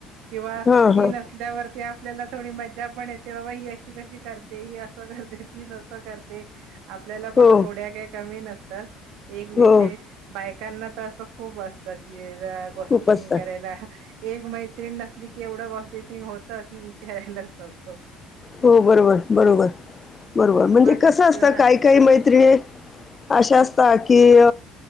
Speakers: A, on the right; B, on the left.
A: तेव्हा
B: हां,
A: ती
B: हां.
A: नसल्यावर ते आपल्यालाच. थोडी मजा पण येते बाबा! ही अशी कशी करते, ही असं करते, तीच असं करते. आपल्याला पण
B: हो,
A: खोड्या काय कमी नसतात. एक विषय
B: हो,
A: बायकांना असं खूप असतं की. जरा गोष्टी
B: खूप असतात.
A: पिंग करायला एक मैत्रीण - की येवढं कॉसिपिंग होत की. विचारायलाच नको.
B: हो बरोबर, बरोबर!
A: ह
B: बरोबर, म्हणजे
A: पण
B: कसं असतं,
A: हा
B: काही काही मैत्रिणी अशा असतात कि.